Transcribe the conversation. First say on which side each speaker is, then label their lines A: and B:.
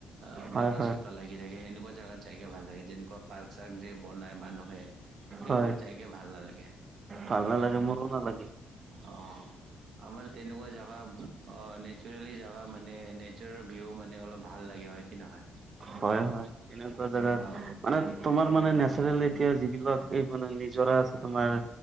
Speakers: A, on the right; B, on the right.
A: অ বতাহ
B: হয় হয়
A: চতাহ লাগি থাকে সেনেকুৱা জোগাত যাইকে ভাল লাগে যেনেকুৱা পাৰ্ক চাৰ্ক যে বনাই মানুহে সেইবোৰত
B: হয়
A: যাইকে ভাল নালাগে।
B: ভাল নালাগে মোৰো নালাগে।
A: অ আমাৰ তেনেকুৱা জাগা অ নেচাৰেলি জাগা মানে এ মানে নেচাৰৰ ভিউ মানে অলপ ভাল লাগে হয় কি নহয়?
B: হয় হয় তেনেকুৱা জাগাত
A: অ
B: মানে তোমাৰ মানে নেচাৰেল এতিয়া যিবিলাক এই মানে নিজৰা আছে তোমাৰ